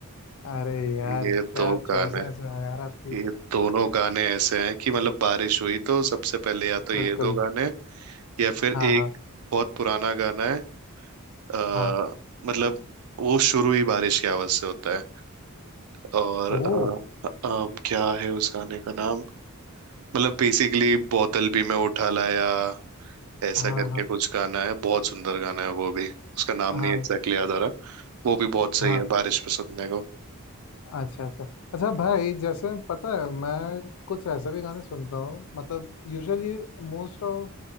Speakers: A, on the left; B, on the right.
A: अरे यार
B: ये
A: क्या
B: दो
A: चॉइसेस
B: गाने
A: हैं यार आपकी
B: ये दोनों गाने ऐसे हैं कि मतलब बारिश हुई तो सबसे पहले या तो ये
A: बिल्कुल
B: दो गाने या फिर
A: हाँ
B: एक
A: हाँ
B: बहुत पुराना गाना है आ,
A: हाँ
B: मतलब वो शुरू ही बारिश की आवाज से होता है और अ,
A: ओ
B: अ, क्या है उस गाने का नाम मतलब बेसिकली बोतल भी मैं उठा लाया ऐसा
A: हाँ
B: करके
A: हाँ
B: कुछ गाना है बहुत सुंदर गाना है वो भी उसका नाम
A: हाँ
B: नहीं एग्जैक्टली याद आ रहा वो भी बहुत सही
A: हाँ
B: है बारिश में सुनने को
A: अच्छा अच्छा अच्छा भाई जैसे पता है मैं कुछ ऐसे भी गाने सुनता हूँ मतलब यूजुअली मोस्ट ऑफ